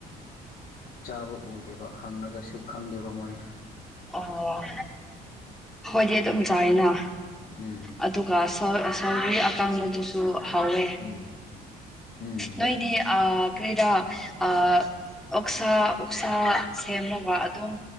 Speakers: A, on the left; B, in the centre.
A: ꯆꯥꯕ ꯎꯗꯦꯕ ꯍꯪꯂꯒꯁꯨ ꯈꯪꯗꯦꯕ ꯃꯣꯏꯅ
B: ꯑꯣ ꯈꯣꯏꯗꯤ ꯑꯗꯨꯝ ꯆꯥꯏꯌꯦꯅ
A: ꯎꯝ
B: ꯑꯗꯨꯛ ꯒ ꯑꯁꯔ ꯁꯧꯒ꯭ꯔꯤ ꯑꯀꯥꯡꯕꯗꯨꯁꯨ ꯍꯥꯎꯋꯦ
A: ꯎꯝ ꯎꯝ
B: ꯅꯣꯏꯗꯤ ꯑꯥ ꯀꯔꯤꯔꯥ ꯑꯥ ꯑꯣꯛꯁꯥ ꯑꯣꯛꯁꯥ ꯁꯦꯝꯂꯒ ꯑꯗꯨꯝ